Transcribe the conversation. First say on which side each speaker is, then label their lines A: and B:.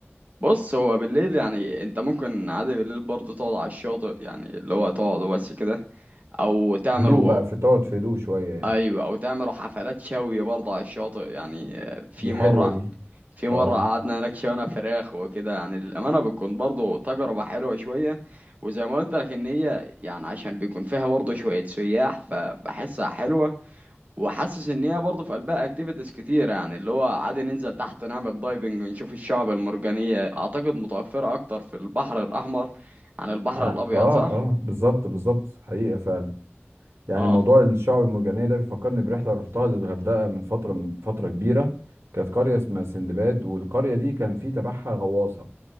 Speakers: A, on the right; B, on the right.
A: بص هو بالليل يعني انت ممكن عادي بالليل برضه تقعد على الشاطئ يعني اللي هو تقعد بس كده او تعملوا
B: هدوء بقى في تقعد في هدوء شوية يعني
A: ايوه او تعملوا حفلات شوي برضه على الشاطئ يعني في
B: دي
A: مره
B: حلوة دي
A: في
B: اه
A: مره قعدنا هناك شوينا فراخ وكده يعني الامانه بتكون برضه تجربه حلوه شويه وزي ما قلت لك ان هي يعني عشان بيكون فيها برضه شويه سياح فبحسها حلوه وحاسس ان هي برضه في قلبها اكتيفيتيز كتير يعني اللي هو عادي ننزل تحت نعمل دايفنج ونشوف الشعب المرجانيه اعتقد متوفره اكتر في البحر الاحمر عن البحر
B: ع-
A: الابيض
B: اه
A: صح
B: اه بالظبط بالظبط حقيقة فعلا يعني
A: اه
B: موضوع الشعب المرجانية ده بيفكرني برحلة رحتها للغردقة من فترة من فترة كبيرة كانت قرية اسمها سندباد والقرية دي كان في تبعها غواصة